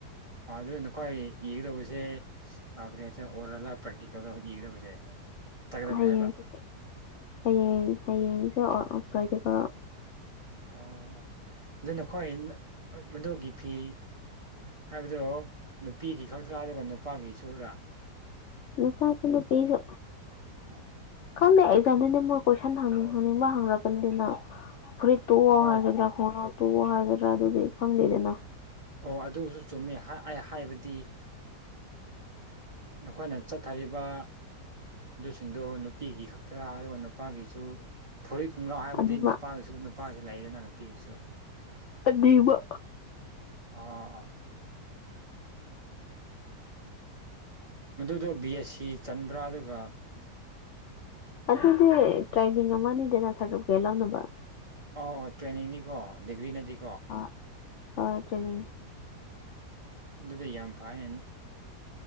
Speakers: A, on the right; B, on the left.
A: ꯑꯗꯨ ꯅꯈꯣꯏ ꯏꯒꯗꯧꯕꯁꯦ ꯀꯩꯅꯇ ꯑꯣꯔꯂ ꯄ꯭ꯔꯦꯛꯇꯤꯀꯦꯜꯗ ꯏꯒꯗꯕꯁꯦ ꯇꯥꯒꯗꯕꯅꯤ
B: ꯍꯌꯦꯡꯁꯦ
A: ꯍꯥꯏꯕ
B: ꯍꯌꯦꯡ ꯍꯌꯦꯡꯁꯦ꯭ꯔꯗꯤꯀ
A: ꯑꯣ ꯑꯗꯨ ꯅꯈꯣꯏ ꯃꯗꯨꯒꯤ ꯐꯤ ꯍꯥꯏꯕꯗꯣ ꯅꯨꯄꯤꯒꯤ ꯈꯛꯇ꯭ꯔꯥ ꯑꯗꯨꯒ ꯅꯨꯄꯥꯒꯤ ꯁꯔꯥ
B: ꯅꯨꯄꯥꯠꯇꯅ ꯄꯤꯖꯣ
A: ꯑꯝ
B: ꯈꯪꯗꯦ ꯑꯦꯛꯖꯥꯝꯗꯨꯗꯤ ꯃꯣꯏ ꯀꯣꯏꯁꯟ ꯍꯪꯅꯤꯡꯕ ꯍꯪꯉꯛꯀꯅꯤꯅ ꯐꯨꯔꯤꯠ ꯇꯣꯛꯑꯣ
A: ꯍꯣꯏ
B: ꯍꯥꯏꯒꯗ꯭ꯔꯥ ꯈꯣꯡꯅꯎ ꯇꯣꯛꯑꯣ ꯍꯥꯏꯒꯗ꯭ꯔꯥ ꯑꯗꯨꯗꯤ ꯈꯪꯗꯦꯗꯅ
A: ꯑꯣ ꯑꯗꯨꯁꯨ ꯆꯨꯝꯃꯦ ꯑꯩ ꯍꯥꯏꯕꯗꯤ ꯅꯈꯣꯏꯅ ꯆꯠꯊꯔꯤꯕ ꯑꯗꯨꯁꯤꯡꯗꯣ ꯅꯨꯄꯤꯒꯤ ꯈꯛꯇꯔꯥ ꯑꯗꯨꯒ ꯅꯨꯄꯥꯒꯤꯁꯨ ꯐꯨꯔꯤ ꯈꯣꯡꯒ꯭ꯔꯥꯎ ꯍꯥꯏꯕꯗꯤ
B: ꯑꯅꯤꯃꯛ
A: ꯅꯨꯄꯥꯒꯤꯁꯨ ꯅꯨꯄꯥꯒꯤꯁꯨ ꯂꯩꯗꯅ ꯅꯨꯄꯤꯒꯤꯁꯨ
B: ꯑꯕ
A: ꯑꯥ ꯃꯗꯨꯗꯣ ꯕꯤ ꯑꯦꯁ ꯁꯤ ꯆꯟꯕ꯭ꯔꯥ ꯑꯗꯨꯒ
B: ꯑꯗꯨꯗꯤ ꯇ꯭ꯔꯦꯅꯤꯡ ꯑꯃꯅꯤꯗꯅ ꯁꯥꯇꯒꯦ ꯂꯧꯥꯎꯅꯕ
A: ꯑꯣ ꯑꯣ ꯇ꯭ꯔꯦꯅꯤꯡꯅꯤꯀꯣ ꯗꯤꯒ꯭ꯔꯤꯅꯗꯤ
B: ꯑ ꯍ ꯇ꯭ꯔꯅꯤꯡ
A: ꯑꯗꯨꯗ ꯌꯥꯝ ꯐꯅ